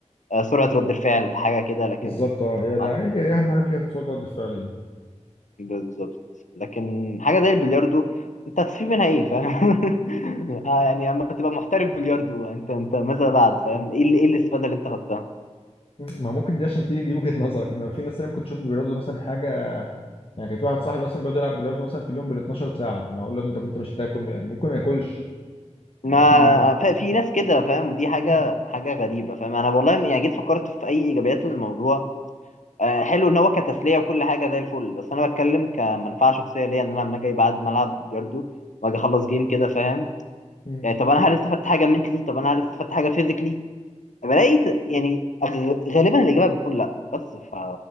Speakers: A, on the left (about 80°); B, on the left (about 50°).
A: آه، سرعه رد الفعل حاجه كده لكن
B: بالظبط اه هي ده
A: ما-
B: هي اهم حاجه فيها صوت رد الفعل دي
A: بالظبط لكن حاجه زي البلياردو انت هتستفيد منها ايه فاهم <laughs> آه، يعني اما تبقى محترف بلياردو انت انت ماذا بعد فاهم ايه اللي- ايه الاستفاده اللي انت خدتها
B: ما ممكن دي عشان تيجي دي وجهة نظرك انما في ناس تانية ممكن تشوف البلياردو ده مثلا حاجة يعني كان في واحد صاحبي اصلا بيقعد يلعب بلياردو مثلا في اليوم بال 12 ساعة يعني اقول له انت انت مش هتاكل ممكن ما ياكلش
A: ما
B: ممكن ما-
A: ف- في ناس كده فاهم ودي حاجة
B: مم.
A: حاجة غريبة فاهم أنا والله يعني جيت فكرت في أي إيجابيات للموضوع آه، حلو إن هو كتسلية وكل حاجة زي الفل بس أنا بتكلم كمنفعة شخصية ليا إن أنا لما أجي بعد ملعب بلياردو وأجي أخلص جيم كده فاهم
B: مم.
A: يعني طب أنا هل استفدت حاجة منتلي طب أنا هل استفدت حاجة فيزيكلي بلاقي ت- يعني أغ- غالبا الإجابة بتكون لأ بس ف